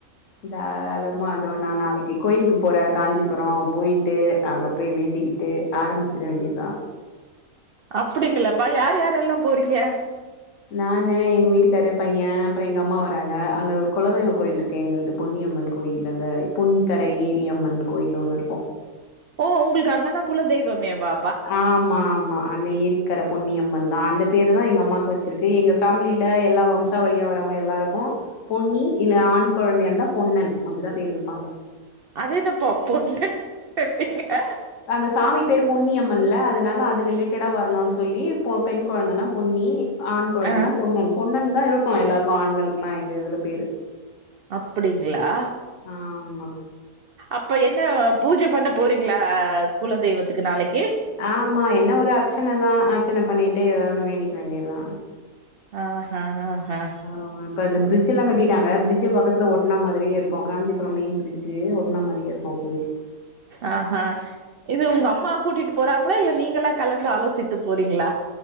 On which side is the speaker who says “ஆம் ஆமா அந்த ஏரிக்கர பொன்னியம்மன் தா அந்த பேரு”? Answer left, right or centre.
Left